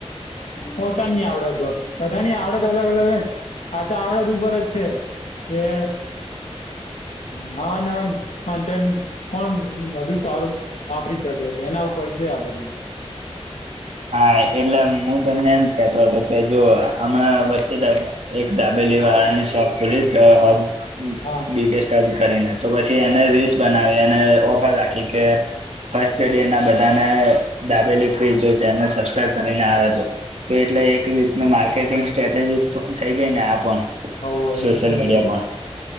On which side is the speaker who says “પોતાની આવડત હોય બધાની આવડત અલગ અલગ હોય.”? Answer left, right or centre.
Left